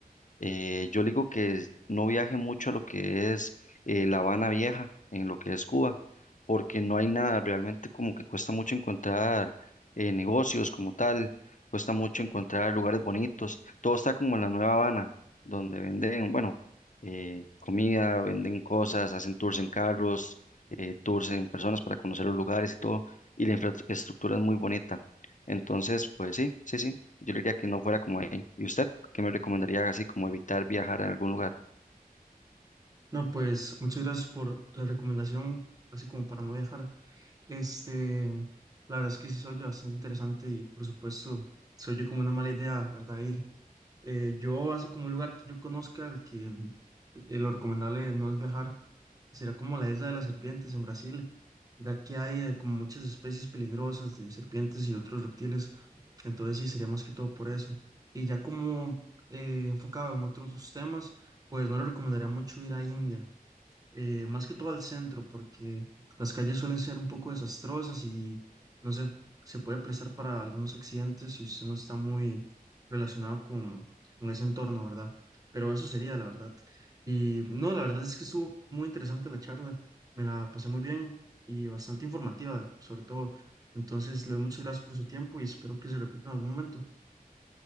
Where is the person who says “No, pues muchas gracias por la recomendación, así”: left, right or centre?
Right